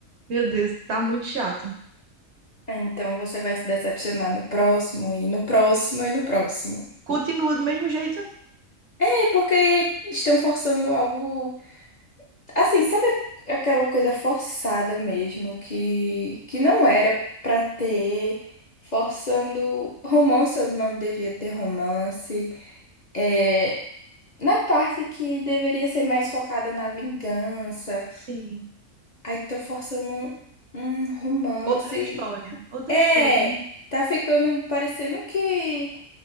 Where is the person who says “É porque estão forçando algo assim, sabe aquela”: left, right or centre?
Left